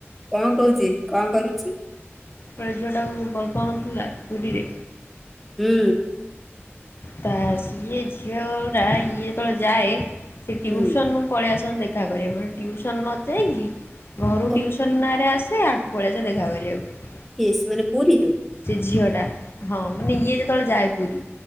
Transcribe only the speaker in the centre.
କଣ କହୁଛି କଣ କରୁଛି?
ହୁଁ
ହୁଁ
ଓ
ସ୍ ମାନେ ପୁରୀରୁୁ